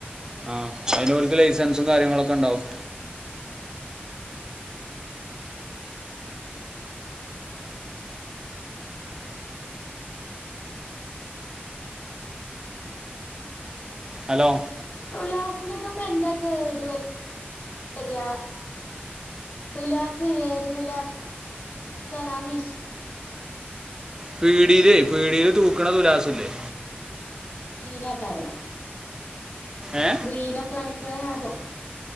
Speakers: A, on the right; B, on the left.
A: ആ അയ്ന് ഓൽക് ലൈസൻസും കാര്യങ്ങളൊക്കെ ണ്ടാവും ഹലോ
B: തുലാസിനൊക്കെ ഇപ്പൊ എന്താ കേട് വര് വരാ തുലാസ് ഏത് തുലാ സാനാ മിശി
A: പീടിയിലേ പീടിയില് തൂക്ക്ണ തുലാസ്ല്ലേ
B: ടീന കാരന്നാ
A: ഏ
B: സ്ക്രീനോക്കെ കാണി <unintelligible> അതോ